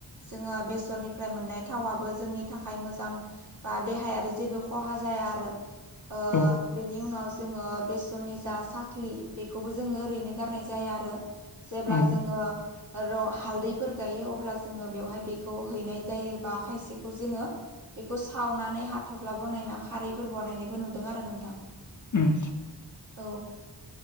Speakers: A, on the right; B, on the left.
A: जोङो बेसरनिफ्राय मोननाय थावाबो जोंनि थाखाय मोजां बा देहायारि जेबो खहा जाया आरो। ओ
B: औ
A: बेनि उनाव जोङो बेसननि जा सा खाख्लि बेखौबो जोङो ओरैनो गारनाय जाया आरो जेब्ला
B: उम
A: जोङो र' हालदैफोर गायो अब्ला जोङो बेवहाय बेखौ हैनाय जायो बा खायसेखौ जोङो बेखौ सावनानै हाथफ्ला बनायना खारैफोर बानायनायबो नुदों आरो नोंथां।
B: उम
A: औ